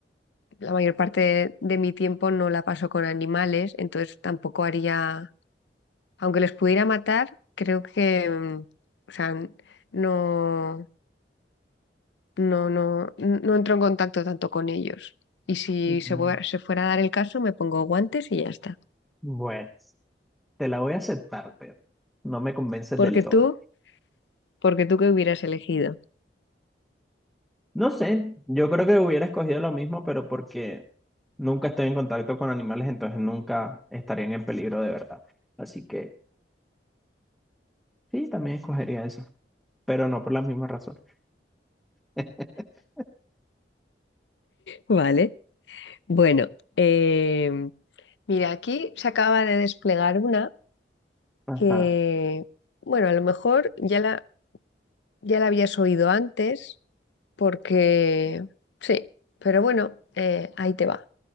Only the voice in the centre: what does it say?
no.
Mm,
Bueno, te la voy a aceptar, pero no me convences
del todo.
No sé, yo creo que hubiera escogido lo mismo, pero porque nunca estoy en contacto con animales, entonces nunca estarían en peligro de verdad. Así que sí, también escogería eso, pero no por las mismas razones. <laughs>
Ajá,